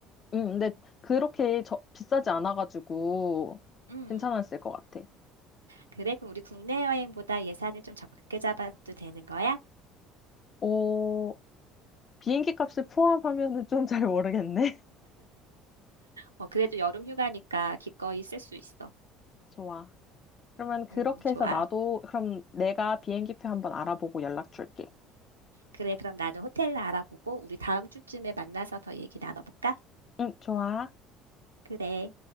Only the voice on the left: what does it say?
음, 근데 그렇게 저, 비싸지 않아가지고
괜찮았을 것 같아.
어, 비행기 값을 포함하면은 좀 잘 모르겠네.
<laughs> 좋아. 그러면 그렇게
해서 나도, 그럼 내가 비행기 표 한번 알아보고 연락 줄게.
응, 좋아.